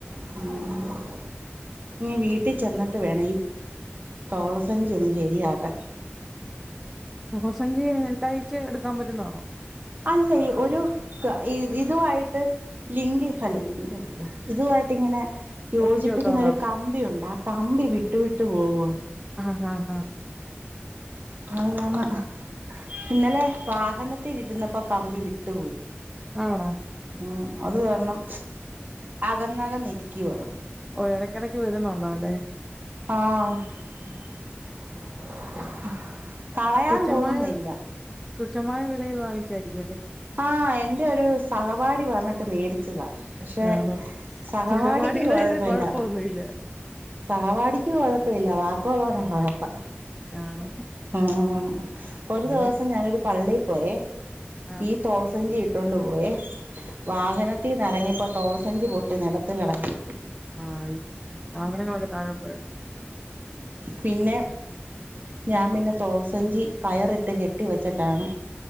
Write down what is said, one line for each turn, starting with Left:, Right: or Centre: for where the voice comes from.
Right: ആഹ് ഇനീ വീട്ടി ചെന്നിട്ട് വേണം ഈ തോള സഞ്ചി ഒന്ന് ശെരിയാക്കാൻ
Centre: തോൾ സഞ്ചി തയ്ച്ച് എടുക്കാം പറ്റുന്നാണോ?
Right: അല്ല ഒരു ഇതുവായ്ട്ട് ലിംഗി ഹല്ല ലിംഗല്ല ഇതുവായിട്ട്ങ്ങനെ യോജിപ്പിക്കുന്ന
Centre: ഒട്ടിച്ചു വെക്കാവുന്നതാണോ
Right: ഒരു കമ്പിയുണ്ട് ആ കമ്പി വിട്ടു വിട്ടു പോവ
Centre: ആഹ് ഹഹ ഹ
Right: അതാണ് ഇന്നലെ വാഹനത്തിരുന്നപ്പോ കമ്പി വിട്ടുപോയി
Centre: ആണോ?
Right: ഉം അത് കാരണം അകന്നകന്നിരിക്കുവാ
Centre: ഓഹ് എടയ്ക്കടയ്ക്ക് വരുന്നുള്ളാല്ലേ
Right: ആഹ് കളയാൻ
Centre: തുച്ഛമായ
Right: തോന്നുന്നില്ല
Centre: തുച്ഛമായ വിലയിൽ വാങ്ങിച്ചായിരിക്കും അല്ലേ
Right: ആഹ് എന്റെ ഒരു സഹപാഠി പറഞ്ഞിട്ട് മേടി ച്ചതാ പക്ഷെ
Centre: ആണോ
Right: സഹവാടിക്ക്
Centre: സഹപാഠിയുടെന്
Right: കൊഴപ്പെല്ല
Centre: കൊഴപ്പൊന്നുമില്ല
Right: സഹവാടിക്ക് കൊഴപ്പയില്ല വാക്കള്ളൊര കൊഴപ്പം
Centre: ആണോ
Right: ഉം ഒരു
Centre: അതെ
Right: ദൊവസം ഞാനൊരു പള്ളി പോയേ
Centre: ആഹ്
Right: ഈഹ് തോൾസഞ്ചിഇട്ടോണ്ട് പോയേ വാഹനത്തീന്നെറങ്ങിയപ്പോ
Centre: ആഹ്
Right: തോൾസഞ്ചി പൊട്ടി നെലത്ത് കെടന്ന്
Centre: ആഹ് സാധനങ്ങളൊക്കെ താഴെപോയോ
Right: പിന്നെ ഞാൻ പിന്നെ തോൾസഞ്ചി കയറി ഇട്ട് കെട്ടി വെച്ചിട്ടാണ്